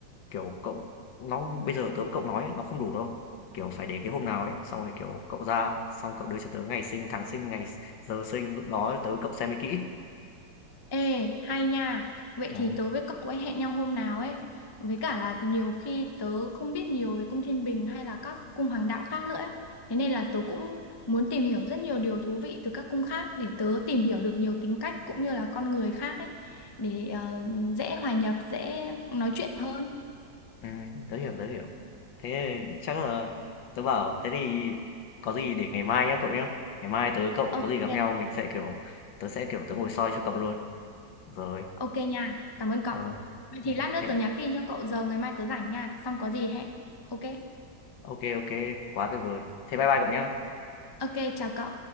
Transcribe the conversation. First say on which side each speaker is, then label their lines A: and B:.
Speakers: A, on the left (about 75°); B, on the left (about 30°).
A: kiểu cậu, nó bây giờ tớ với cậu nói ấy, nó không đủ đâu. Kiểu phải để cái hôm nào ấy, xong rồi kiểu cậu ra, xong cậu đưa cho tớ ngày sinh, tháng sinh, ngày s- giờ sinh, lúc đó tớ với cậu xem mới kỹ.
B: Ê, hay nha. Vậy
A: Ừ.
B: thì tớ với cậu ấy hẹn nhau hôm nào ấy. Với cả là nhiều khi tớ không biết nhiều về cung Thiên Bình hay là các cung hoàng đạo khác nữa ấy. Thế nên là tớ cũng muốn tìm hiểu rất nhiều điều thú vị từ các cung khác để tớ tìm hiểu được nhiều tính cách cũng như là con người khác ấy. Để ờ, dễ hòa nhập, dễ nói chuyện hơn.
A: À, tớ hiểu, tớ hiểu. Thế chắc là tớ bảo thế thì có gì để ngày mai nhá cậu nhá. Ngày mai tớ cậu
B: Ok,
A: có gì gặp nhau mình sẽ kiểu tớ sẽ kiểu tớ ngồi soi cho cậu luôn. Rồi.
B: ok nha. Cảm ơn cậu.
A: Ờ.
B: Vậy
A: Ừ,
B: thì lát nữa
A: thế
B: tớ nhắn tin cho cậu giờ ngày mai tớ rảnh nha. Xong có gì hẹn. Ok,
A: ok ok, quá tuyệt vời. Thế bye bye cậu nhá.
B: ok, chào cậu.